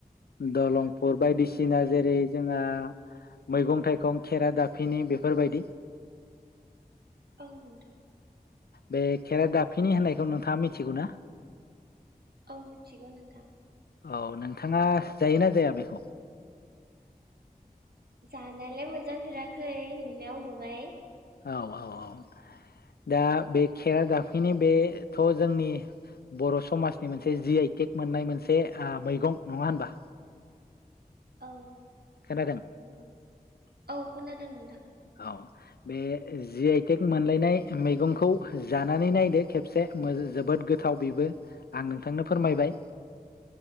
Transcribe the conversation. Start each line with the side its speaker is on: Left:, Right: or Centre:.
Left: दलंफुर बायदिसिना जेरै जोंहा मैगं थाइगं खेरा दाफिनि बेफोरबायदि
Right: औ नोंथां
Left: बे खेेरा दा फिनि होननायखौ नोंथाङा मिथिगौ ना?
Right: औ मिथिगौ नोंथां।
Left: औ नोंथाङा जायोना जाया बेखौ?
Right: जानायालाय मोनजाफेराखै नुनायाव नुबाय।
Left: औ औ औ, दा बे खेरादाफिनि बेथ' जोंनि बर' समाजनि मोनसे जि आइ टेक मोननाय मोनसे ओ मैगं नङा होनबा?
Right: औ <inaudible>
Left: खोनादों
Right: नंगौ, औ खोनादों नोंथां।
Left: औ बे जि आइ टेक मोनलायनाय मैगंखौ जानानै नायदो खेबसे मो-जोबोद गोथाव बेबो आं नोंथांनो फोरमायबाय।